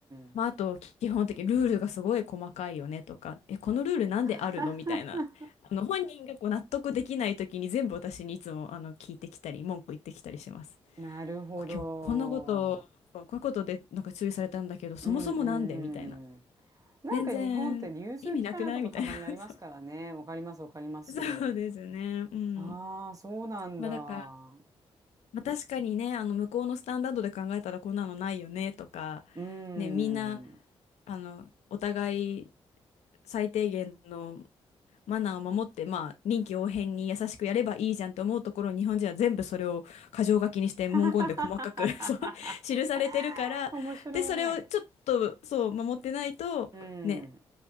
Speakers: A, on the right; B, on the left.
A: ん。
B: まあ、あと基本的にルールがすごい細かいよねとか、え、このルールなんであるのみたいな、
A: <laughs>
B: あの本人がこう納得できない時に全部私にいつもあの聞いてきたり、文句言ってきたりします。
A: なるほど。
B: こ今日こんなこと、そうこういうことでなんか注意されたんだけど、そもそもなんでみたいな。
A: うんうんうん。なんか日本って融通きかないとこたまにありますからね。
B: 全然意味なくないみたいな。<laughs>
A: わかります、わかります。
B: そうそうですね。うん。
A: ああ、そうなんだ。
B: まあだから、
A: う
B: まあ、確かにね、あの向こうのスタンダードで考えたらこんなのないよねとか、
A: ーん。
B: ね、みんな、あの、お互い最低限のマナーを守って、まあ、臨機応変に優しくやればいいじゃんと思うところ、日本人は全部それを箇条書きにして文言で細かく
A: <laughs>
B: <laughs> そう記されてるから、
A: 面白い。
B: で、それをちょっとそう守ってないと、
A: うん。
B: ね、